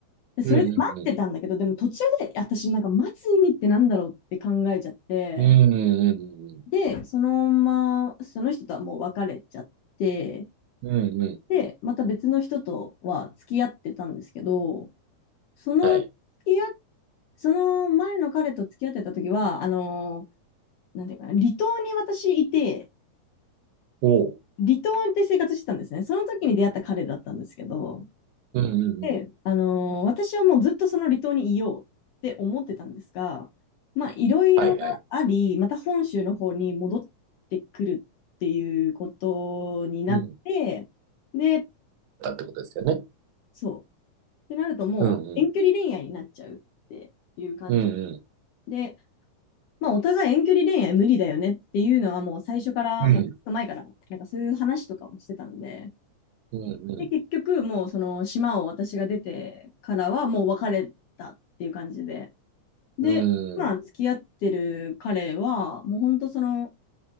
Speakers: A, on the left; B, on the right.
A: でそれで待ってたんだけど、
B: んうんうん。
A: でも途中で私なんか待つ意味ってなんだろうって考えちゃって、
B: うんうんうん。
A: で、そのまま、その人とはもう別れちゃって、
B: うんうん。うん
A: で、また別の人とは付き合ってたんですけど、その付き合っ、
B: はい。
A: その前の彼と付き合ってた時は、あのーなんていうかな、離島に私いて、
B: おう。
A: 離島で生活してたんですね。その時に出会った彼だったんですけど、
B: うんうんうん。
A: で、あのー私はもうずっとその離島にいようって思ってたんですが、まあ、いろいろあり、
B: はいはい。
A: また本州の方に戻ってくるっていうことになって、
B: うん。
A: で、
B: だってことですよね。
A: そう。ってなるともう遠距離恋愛になっちゃうっていう感じ。
B: うんうん。うんうん。
A: で、まあ、お互い遠距離恋愛無理だよねっていうのはもう最初からもうずっと前から、
B: うん
A: なんかそういう話とかもしてたんで、
B: うん。
A: で、結局もうその島を私が出てからはもう別れたっていう感じで。で、
B: うんうん。
A: 今付き合ってる彼は、もう本当その、